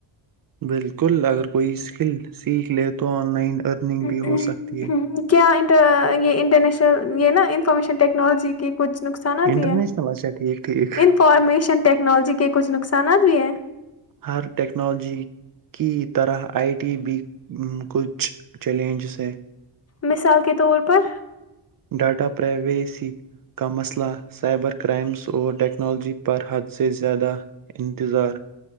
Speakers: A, on the right; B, on the left.
A: بالکل اگر کوئی اسکل سیکھ لے تو آن لائن ارننگ
B: ہ
A: بھی ہو سکتی ہے
B: ہ کیاٹر یہ انٹرنیشنل یہ نا انفارمیشن ٹیکنالوجی کیچھ نقصانات
A: انٹرنیشنل
B: بھی ہیں
A: اچھا ٹھیک ٹھیک
B: انفارمیشن ٹیکنالوجی کے کچھ نقصانات بھی ہیں
A: ہر ٹیکنالوجی کی طرح آئی ٹی بھی کچھ چیلنجز ہے
B: مثال کے طور پر
A: ڈاٹا پرائیویسی کا مسئلہ سائبر کرائمز اور ٹیکنالوجی پر حد سے زیادہ انتظار